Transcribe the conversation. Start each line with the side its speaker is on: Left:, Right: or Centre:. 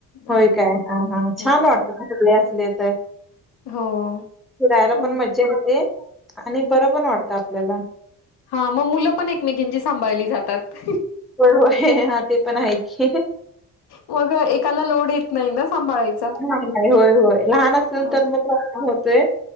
Centre: होय
Left: असं.
Centre: काय हा हा
Left: हां.
Centre: छान वाटतं सगळे असले तर
Left: हो.
Centre: फिरायला
Left: हं,
Centre: पण मज्जा
Left: हं.
Centre: येते आणि बरं पण वाटतं आपल्याला.
Left: हा मग मुलं पण एकमेकांची सांभाळली जातात.
Centre: होय होय हा ते पण आहे की.
Left: मग एकाला लोड येत नाही ना. सांभाळायचा.
Centre: नाही-नाही होय-होय लहान असेल
Left: अ,
Centre: तर मग प्रॉब्लेम होतय